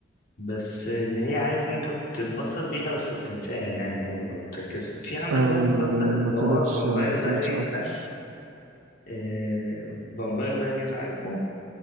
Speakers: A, on the left; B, on the right.
A: بس اللي هي عارف انت بتتبسط بيها بس بتنساها يعني عادي ما بتركز في عندك
B: ايوه
A: بقى مسلسل
B: ايوه ما
A: اللي
B: سابتش
A: هو فامباير
B: ما
A: دايريز
B: سابتش اثر
A: ده آه فامباير دايريز عارفه